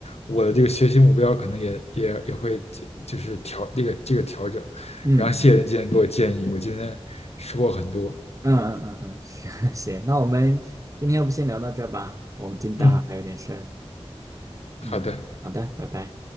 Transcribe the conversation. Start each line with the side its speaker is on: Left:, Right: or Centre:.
Left: 我的这个学习目标可能也也也会就是调这个这个调整。
Right: 嗯嗯嗯。
Left: 然后，
Right: 嗯
Left: 谢谢您今天给我建议，我今天收获很多。
Right: 嗯嗯嗯嗯，<laughs> 行行那我们今天要不先聊到这儿吧，我们今待会儿还有点事儿
Left: 嗯，
Right: 嗯，
Left: 好的。
Right: 好的，拜拜。